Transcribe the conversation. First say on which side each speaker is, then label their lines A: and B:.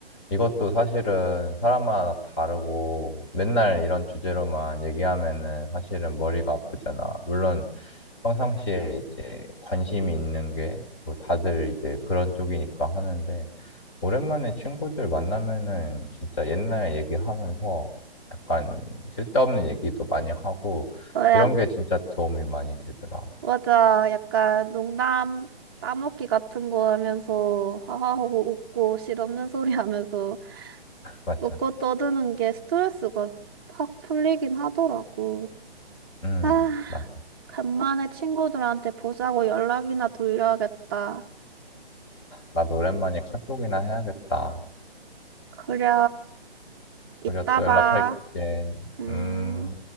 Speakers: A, on the left; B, on the right.
A: 이것도 사실은 사람마다 다르고 맨날 이런 주제로만 얘기하면은 사실은 머리가 아프잖아. 물론 평상시에 이제 관심이 있는 게 뭐 다들 이제 그런 쪽이니까 하는데 오랜만에 친구들 만나면은 진짜 옛날 얘기하면서 약간 쓸데없는 얘기도 많이 하고
B: 어, 약,
A: 이런 게 진짜 도움이 많이 되더라.
B: 맞아. 약간 농담 따먹기 같은 거 하면서 하하호호 웃고 실없는 소리 하면서
A: 맞아.
B: 웃고 떠드는 게 스트레스가 확 풀리긴 하더라고.
A: 음,
B: 아,
A: 맞아.
B: 간만에 친구들한테 보자고 연락이나 돌려야겠다.
A: 나도 오랜만에 카톡이나 해야겠다.
B: 그래, 이따
A: 우리가 또 연락할게.
B: 봐. 음.
A: 음.